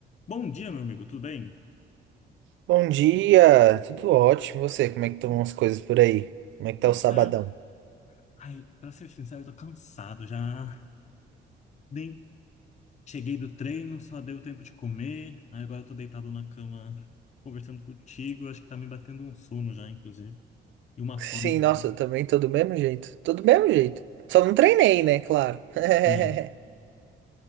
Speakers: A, on the left; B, on the right.
A: Bom dia, meu amigo, tudo bem?
B: Bom dia, tudo ótimo. E você, como é que estão as coisas por aí? Como é que tá
A: Tudo
B: o sabadão?
A: certo. Ai, pra ser sincero, eu tô cansado já. Nem cheguei do treino, só deu tempo de comer. Aí agora eu tô deitado na cama conversando contigo. Acho que tá me batendo um sono já, inclusive. E uma
B: Sim,
A: fome de
B: nossa,
A: novo.
B: eu também tô do mesmo jeito. Tô do mesmo jeito. Só não treinei, né? Claro. <laughs>
A: Sim.